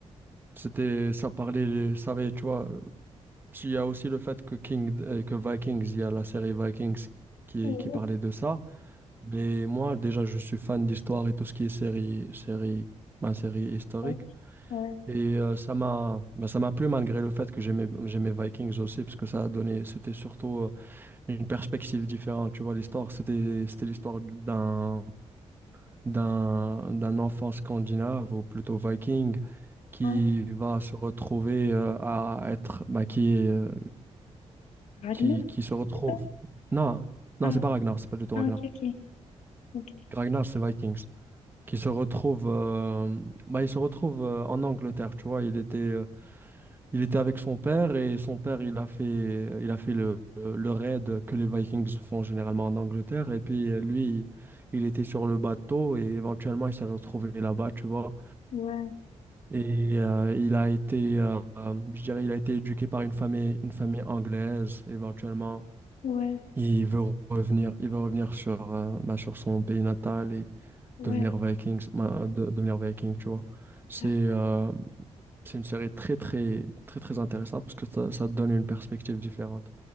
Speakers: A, on the right; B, on the left.
A: c'était, ça parlait, ça avait, tu vois, il y a aussi le fait que King, euh, que Vikings, il y a la série Vikings qui,
B: Ouais,
A: qui parlait de ça. Mais moi, déjà, je suis fan d'histoire et tout ce qui est série, série, ma série historique.
B: Ouais, ouais.
A: Et euh, ça m'a bah, ça m'a plu malgré le fait que j'aimais j'aimais Vikings aussi parce que ça a donné c'était surtout euh, une perspective différente tu vois l'histoire c'était c'était l'histoire d'un d'un d'un enfant scandinave ou plutôt viking qui
B: Ah,
A: va se retrouver euh, à être bah, qui est, euh,
B: Ragnar,
A: qui qui se retrouve
B: c'est ça?
A: non
B: Ah,
A: non c'est pas Ragnar c'est pas du tout
B: ah,
A: Ragnar
B: ok, ok, ok.
A: Ragnar c'est Vikings qui se retrouve euh, bah, il se retrouve euh, en Angleterre tu vois il était euh, Il était avec son père et son père, il a fait, il a fait le, le raid que les Vikings font généralement en Angleterre. Et puis euh, lui, il était sur le bateau et éventuellement, il s'est retrouvé là-bas, tu vois.
B: Ouais,
A: Et euh, il a été, euh, euh, je dirais, il a été éduqué par une famille, une famille anglaise. Éventuellement,
B: ouais,
A: il veut revenir, il veut revenir sur, euh, bah, sur son pays natal et
B: ouais.
A: devenir Vikings, bah, de- devenir Viking, tu vois. C'est,
B: D'ac-
A: euh, c'est une série très, très, très, très intéressante parce que ça, ça te donne une perspective différente.